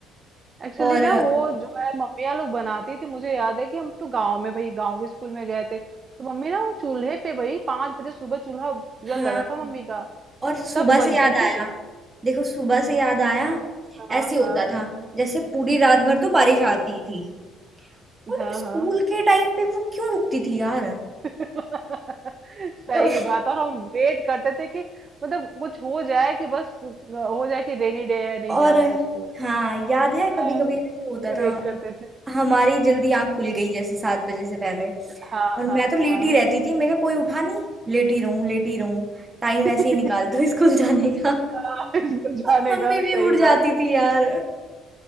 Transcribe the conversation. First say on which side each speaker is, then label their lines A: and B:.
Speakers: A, on the right; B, on the right.
A: एक्चुअली
B: और
A: ना वो जो है मम्मियाँ लोग बनाती थी मुझे याद है कि हम तो गांव में भाई गांव के स्कूल में गए थे तो मम्मी ना वो चूल्हे पे भाई पांच बजे सुबह चूल्हा
B: हाँ
A: जल जाता था मम्मी का
B: और सुबह
A: तब बनती
B: से याद
A: थी
B: आया देखो सुबह से याद आया
A: हाँ
B: ऐसे होता
A: हाँ
B: था जैसे पूरी रात भर तो बारिश आती थी और
A: हाँ
B: स्कूल
A: हाँ
B: के टाइम पे वो क्यों रुकती थी यार
A: <laughs> सही
B: कभी
A: बात और हम वेट करते थे कि मतलब कुछ हो जाए कि बस हो जाए कि रेनी डे है नहीं
B: और
A: जाना है स्कूल
B: हाँ याद है कभी
A: हाँ,
B: कभी ऐसे होता
A: ये
B: था
A: वेट करते थे
B: हमारी जल्दी आंख खुल गई जैसे सात बजे से पहले
A: हाँ
B: और
A: हाँ
B: मैं तो लेट
A: हाँ
B: ही रहती थी मेरे को कोई उठा नहीं लेटी रहूं लेटी रहूं टाइम
A: <laughs>
B: ऐसे ही निकाल दो <laughs> स्कूल जाने का
A: हाँ, स्कूल जाने
B: पर मम्मी
A: का सही
B: भी उठ जाती
A: बात
B: थी यार